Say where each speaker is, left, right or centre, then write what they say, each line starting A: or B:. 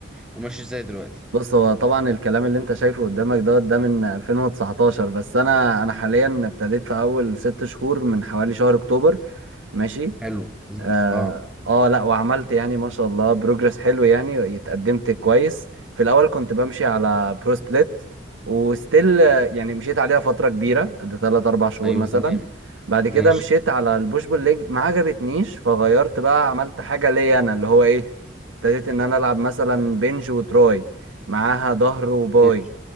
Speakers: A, in the centre; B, on the right (about 85°).
A: وماشي ازاي دلوقتي
B: بص هو طبعا الكلام اللي انت شايفه قدامك دوت ده من 2019 بس انا انا حاليا ابتديت في اول ست شهور من حوالي شهر اكتوبر ماشي
A: حلو لذيذ
B: اه
A: اه
B: آه، لا وعملت يعني ما شاء الله بروجرس حلو يعني اتقدمت كويس في الاول كنت بمشي على برو سبليت وستيل يعني مشيت عليها فتره كبيره قد 3 4 شهور
A: ايوه
B: مثلا
A: تمام
B: بعد كده
A: ماشي
B: مشيت على البوش بول ليج ما عجبتنيش فغيرت بقى عملت حاجه ليا انا اللي هو ايه ابتديت ان انا العب مثلا بنج وتراي معاها ظهر وباي
A: ماشي